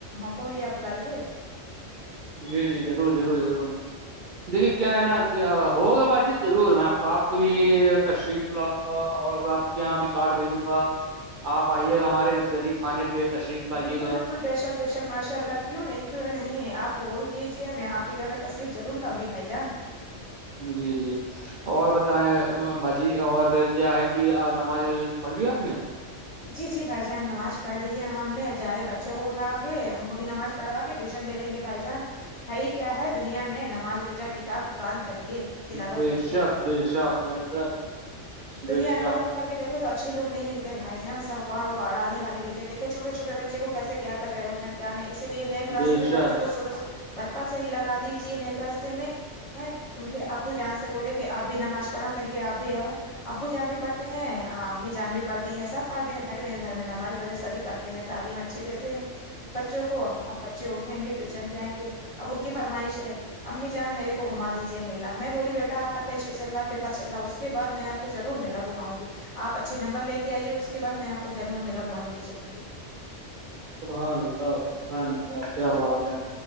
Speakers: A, on the left; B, on the right.
A: کوئی آپ بلاائیے
B: جی جی ضرور ضرور ضرور دیکھیے کیا ہے نا ہوگا بات چیت ضرور میں آپ کو بھی تشریف لاؤں گا اور آپ یہاں بھی کارڈ بھیجوں گا آپ آئیے گا ہمارے اس غریب کھانے پہ تشریف لائیے
A: بالکل
B: گا
A: بالکل بے شک بے شک ماشاء اللہ کیوں نہیں کیوں نہیں ہے آپ کو ہول کیجیے میں آپ کے گھر میں تصیف ضرور لاؤ گی بھائی جان
B: جی جی اور بتائیں باجی اور کیا ہے کہ نماز پڑھ لی آپ نے
A: جی جی بھائی جان نماز پڑھ رہی ہے ہم نے سارے بچوں کو اٹھا کے ان کو بھی نماز پڑھوا ٹیوشن بھیجیں گے بھائی جان ہائی کیا ہے دنیا میں نماز روزہ کے آپ قرآن کریے تلاوت
B: بے
A: کریے
B: شک بے شک بے شک
A: دنیا
B: بے
A: میں
B: شک
A: باہر نکل کے یکھو تو اچھے لوگ نہیں ملتے بھائی سبارڑانے بھیتے والے چھٹے چھٹے بچے کو کیسے کیا کرے ہو ادھر کیا نہیں اسی لیے نیک راستتے
B: بے
A: میں
B: شک
A: بچوں کو سووروں سے بچپن سے ہی لا دیجیے نیک راستتے ان کے ابو جان سے بولے کہ آپ بھی نماز پڑھا کریے آپ بھی ابو جان بھی پڑتے ہیں امی جان بھی پڑتی ہے سب پڑھتے ہیں بھائی میرے گھر میں نماز سبھی کرتے ہیں تعلیم اچھے دیتے ہیں بچوں کو اب بچے اٹھیں گے ٹیوشن جائیں گے اب ان کی فرمائش ہے امی جان میرے کو گھما دیجیے میلا میں بولی بیٹا آپ کا ٹیسٹ چل رہا پیپر چل رہا ہے اس کے کے بعد میں آپ کو ضرور میلا گھماؤ گی آپ اچھے نمبر لے کے آئیے اس کے اس کے بعد میں آپ کو میلا گھمانے لے چلوں گی
B: صبحان اللہ صبحان اللہ کیا بات ہے